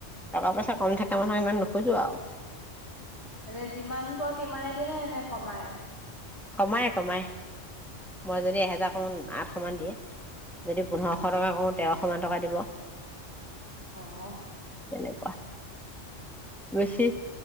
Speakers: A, in the centre; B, on the left (about 55°).
A: টকা পইচা কম থাকা মানুহক ইমান নোখোজো আও
B: মানে যিমান কৱ তিমানে দিয়ে, নে কমাই?
A: কমাই, কমাই। মই যদি এহেজাৰ কওঁ আঠশ মান দিয়ে। যদি পোন্ধৰশ টকা কওঁ, তেৰশ মান টকা দিব।
B: অ'হ
A: তেনেকুৱা। বেছি,